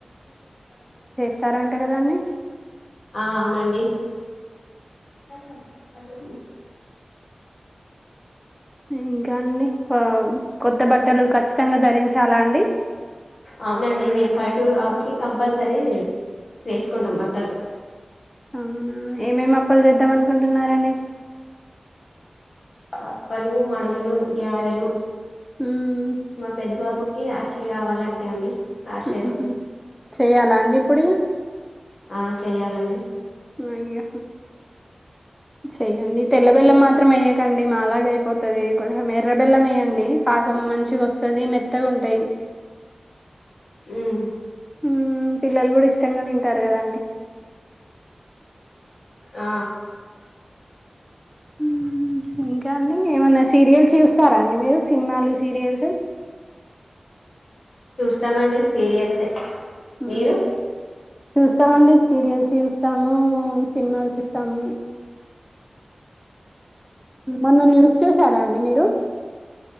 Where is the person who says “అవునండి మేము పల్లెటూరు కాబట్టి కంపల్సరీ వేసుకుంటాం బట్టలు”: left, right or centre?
Left